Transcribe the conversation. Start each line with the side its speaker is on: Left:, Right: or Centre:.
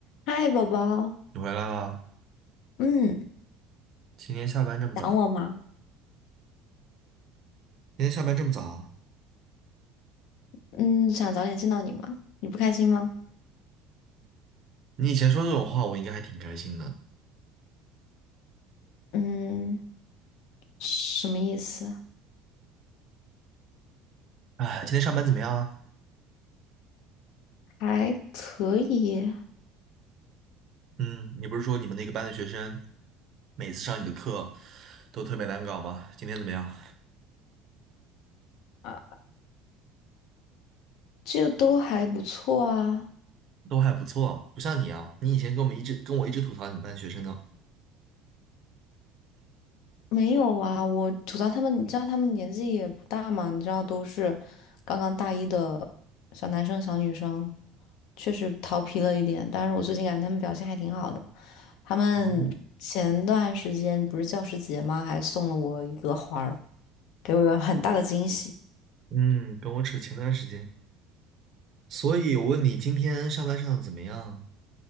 Left: 嗨，宝宝，
Right: 你回来了？
Left: 嗯，
Right: 今天下班这么早？
Left: 想我吗？
Right: 今天下班这么早啊？
Left: 嗯，想早点见到你吗？你不开心吗？
Right: 你以前说这种话，我应该还挺开心的。
Left: 嗯，什么意思？
Right: 哎，今天上班怎么样啊？
Left: 还可以
Right: 嗯，你不是说你们那个班的学生每次上你的课都特别难搞吗？今天怎么样？
Left: 啊，这都还不错啊。
Right: 都还不错，不像你啊，你以前跟我们一直跟我一直吐槽你们班学生的。
Left: 没有啊，我吐槽他们，你知道他们年纪也不大嘛，你知道都是刚刚大一的小男生、小女生，确实调皮了一点。但是我最近感觉他们表现还挺好的。他们前段时间不是教师节吗？
Right: 哦，
Left: 还送了我一个花儿。给我了很大的惊喜。
Right: 嗯，跟我扯前段时间。所以我问你今天上班上的怎么样，